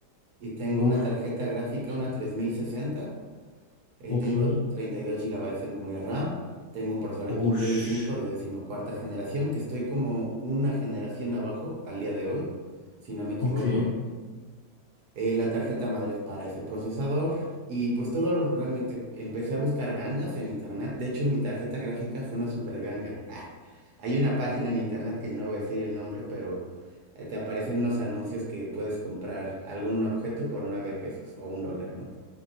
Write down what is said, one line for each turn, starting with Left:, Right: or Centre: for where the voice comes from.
Right: Y tengo
Left: Uf,
Right: una tarjeta gráfica,
Left: ok,
Right: una 3060. Eh,
Left: ok,
Right: tengo 32 gigabytes de memoria RAM, tengo un procesador
Left: ush,
Right: Intel i5 de decimocuarta generación, que estoy como una generación abajo al día de hoy, si no me equivoco.
Left: ok,
Right: Eh, la tarjeta madre es para ese procesador y pues todo realmente empecé a buscar gangas en internet. De hecho, mi tarjeta gráfica fue una super ganga. Ah, hay una página en internet que no voy a decir el nombre, pero eh, te aparecen unos anuncios que puedes comprar algún objeto por 9 pesos o un dólar, ¿no?